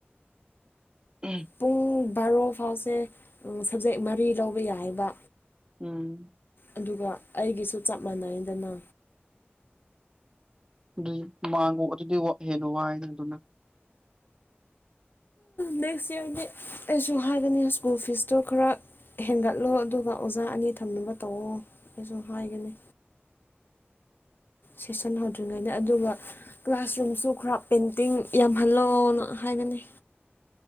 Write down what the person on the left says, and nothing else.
ꯄꯨꯡ ꯕꯥꯔꯣ ꯐꯥꯎꯁꯦ ꯁꯕꯖꯦꯛ ꯃꯔꯤ ꯂꯧꯕ ꯌꯥꯏꯕ
ꯑꯗꯨꯒ ꯑꯩꯒꯤꯁꯨ ꯆꯞ ꯃꯥꯟꯅꯩꯗꯅ
ꯅꯦꯛꯁꯔꯗꯤ ꯑꯩꯁꯨ ꯍꯥꯏꯒꯅꯤ ꯁ꯭ꯀꯨꯜ ꯐꯤꯁꯇꯣ ꯈꯔ ꯍꯦꯟꯒꯠꯂꯣ ꯑꯗꯨꯒ ꯑꯣꯖꯥ ꯑꯅꯤ ꯊꯝꯅꯕ ꯇꯧꯋꯣ ꯑꯩꯁꯨ ꯍꯥꯏꯒꯅꯤ ꯁꯦꯁꯟ ꯍꯧꯗ꯭ꯔꯤꯉꯩꯗ ꯑꯗꯨꯒ ꯀ꯭ꯂꯥꯁꯔꯨꯝꯁꯨ ꯈꯔ ꯄꯦꯟꯇꯤꯡ ꯌꯥꯝꯍꯜꯂꯣꯅ ꯍꯥꯏꯒꯅꯤ